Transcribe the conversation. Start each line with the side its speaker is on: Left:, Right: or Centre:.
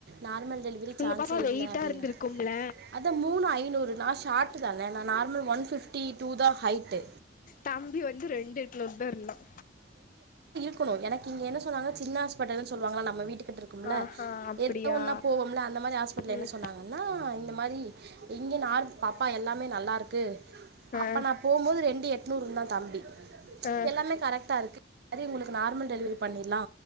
Right: நார்மல் டெலிவரி
Left: உங்க
Right: சான்ஸே
Left: பாப்பா வெயிட்டா
Right: இல்ல அப்டினா
Left: இருந்திருக்கும்ல
Right: அதா மூணு ஐநூறு நா ஷார்ட்டு தான நா நார்மல் ஒன் ஃப்டி டூ தா ஹைட்டு
Left: தம்பி வந்து ரெண்டு கிலோ தா இருந்தான்
Right: ப்பனு எனக்கு இங்க என்ன சொன்னாங்கனா சின்ன ஹாஸ்பிட்டல்லு சொல்லுவாங்கள நம்ம வீட்டுக்கு கிட்டருக்கும்ல
Left: ஆஹா அப்டியா
Right: ஏதோ ஒன்னா போவோம்ல அந்த மாரி ஆஸ்பிட்டல்ல
Left: ம்
Right: என்ன சொன்னாங்கன்னா இந்த மாரி இங் இங்க நார் பாப்பா எல்லாமே நல்லா இருக்கு
Left: ஆ
Right: அப்ப நா போம்போது ரெண்டு எட்நூறு இருந்தான் தம்பி
Left: ஆ
Right: எல்லாமே கரெக்டா இருக்கு சரி உங்களுக்கு நார்மல் டெலிவரி பண்ணிலா